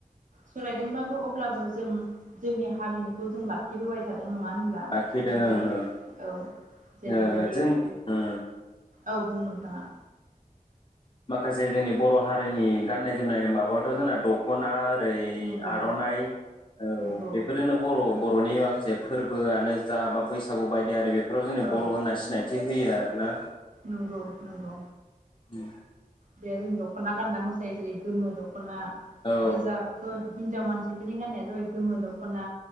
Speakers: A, on the right (about 60°); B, on the left (about 35°).
A: सोलायदोंबाबो अब्लाबो जों जोंनि हारिमुखौ जों लाखिबोबाय थादों नङा होनब्ला
B: लाखिदों
A: जों
B: ओं ओं
A: औ जेरैबायदि
B: ओ जों ओ
A: औ बुं नोंथाङा
B: माखासे जोंनि बर' हारिनि गान्नाय जोमनाय माबायावथ' जोंना दखना ओरै
A: नंगौ
B: आर'नाइ औ
A: नंगौ
B: बेफोरजोंनो बर'-बर'नि म माखासे फोरबोआनो जा बा बैसागु बायदि आरि बे फोराव जोंनो
A: औ
B: बर' होनना सिनायथि होयो आरो ना
A: नंगौ नंगौ
B: उम
A: दे जों दख'ना गानना मोस जाय जेरै गोमो द खना
B: औ
A: गोजा ह-हिनजाव मानसि बेफोरनि गाननाया जाबाय गोमो दख'ना